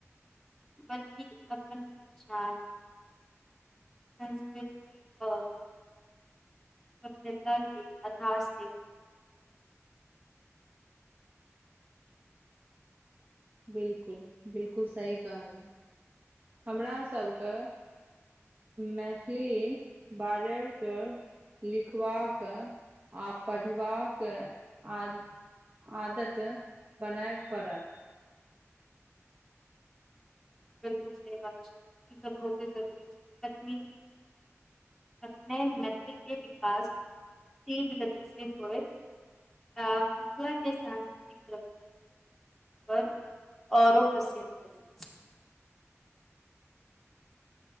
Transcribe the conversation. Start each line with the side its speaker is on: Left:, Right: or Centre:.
Centre: बल्कि अपन पचान संस्कृति आओर सभ्यताे आधार से
Right: <inaudible> <inaudible> बिलकुल, बिलकुल सही कहलहुँ। हमरा सभके। मैथिली बाजैके लिखबाक आ पढ़बाक आ। आदत बनाए पड़त
Centre: बिलकुल सही बात छै ई त बहुते जरूरी छै तकन अपने मैथिली के विकास तीव्र गतिसँ होइत मिथिला के सांस्कृतिक पर औरो प्रसिद्ध ह